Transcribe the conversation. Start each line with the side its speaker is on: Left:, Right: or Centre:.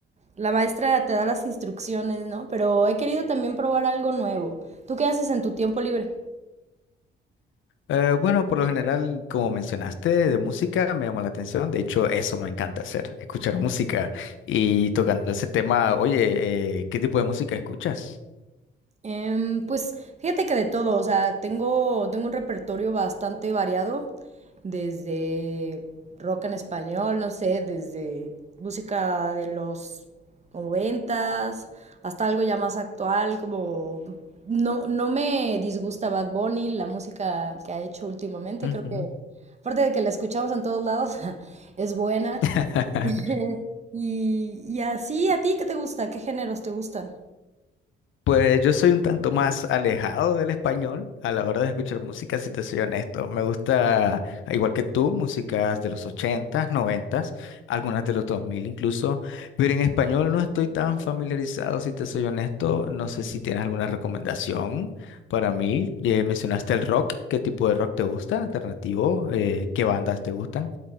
Right: la maestra te da las instrucciones, ¿no? Pero he querido también probar algo nuevo. ¿Tú qué haces en tu tiempo libre?
Left: Eh, bueno, por lo general, como mencionaste, de música me llamó la atención. De hecho, eso me encanta hacer, escuchar música. Y tocando ese tema, oye, eh, ¿qué tipo de música escuchas?
Right: Em, pues fíjate que de todo, o sea, tengo, tengo un repertorio bastante variado, desde rock en español, no sé, desde música de los noventas, hasta algo ya más actual, como no, no me disgusta Bad Bunny, la música que ha hecho últimamente,
Left: Ujú.
Right: creo que, aparte de que la escuchamos en todos lados, <laughs> es buena.
Left: <laughs>
Right: <laughs> Y, y así, ¿a ti qué te gusta? ¿Qué géneros te gustan?
Left: Pues yo soy un tanto más alejado del español a la hora de escuchar música, si te soy honesto. Me gusta, al igual que tú, músicas de los ochentas, noventas, algunas de los 2000, incluso, pero en español no estoy tan familiarizado, si te soy honesto. No sé si tienes alguna recomendación para mí. Eh, mencionaste el rock, ¿qué tipo de rock te gusta? ¿Alternativo? Eh, ¿qué bandas te gustan?